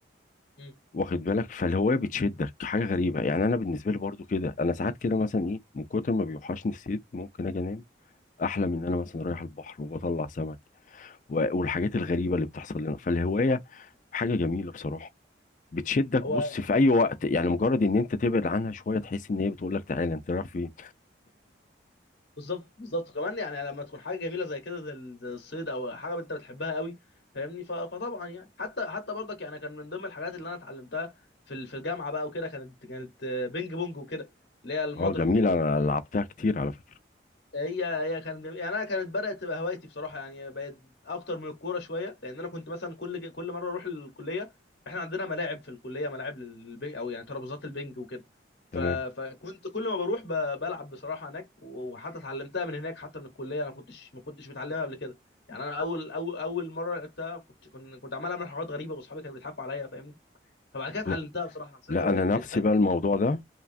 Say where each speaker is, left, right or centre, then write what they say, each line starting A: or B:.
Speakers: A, on the left; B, on the left.
A: مم.
B: واخد بالك فالهوايه بتشدك حاجه غريبه يعني انا بالنسبه لي برضو كده انا ساعات كده مثلا ايه من كتر ما بيوحشني الصيد ممكن اجي انام احلم ان انا مثلا رايح البحر وبطلع سمك و- والحاجات الغريبة اللي بتحصل لنا فالهواية حاجة جميلة بصراحة بتشدك
A: هو
B: بص في اي وقت يعني مجرد ان انت تبعد عنها شوية تحس ان هي بتقول لك تعالى انت رايح فين
A: بالظبط بالظبط كمان يعني لما تكون حاجه جميله زي كده زي ال- زي الصيد او حاجه انت بتحبها قوي فاهمني ف- فطبعا يعني حتى حتى برضك يعني كان من ضمن الحاجات اللي انا اتعلمتها في ال- في الجامعه بقى وكده كانت كانت آه، بينج بونج وكده اللي هي المضرب
B: اه جميلة انا لعبتها كتير على فكرة
A: هي هي كانت جم- يعني انا كانت بدات تبقى هوايتي بصراحه يعني بقت اكتر من الكوره شويه لان انا كنت مثلا كل ج- كل مره اروح الكليه احنا عندنا ملاعب في الكليه ملاعب للبنج او يعني ترابيزات البنج وكده
B: تمام
A: ف... فكنت كل ما بروح ب... بلعب بصراحه هناك وحتى اتعلمتها من هناك حتى من الكليه انا كنتش ما كنتش متعلمها قبل كده يعني انا اول اول اول مره لعبتها كنت كنت كنت عمال اعمل حاجات غريبه واصحابي كانوا بيضحكوا عليا فاهمني فبعد كده اتعلمتها
B: لا
A: بصراحه حسيتها
B: لا
A: بقت
B: انا نفسي
A: بقت اجمل
B: بقى الموضوع ده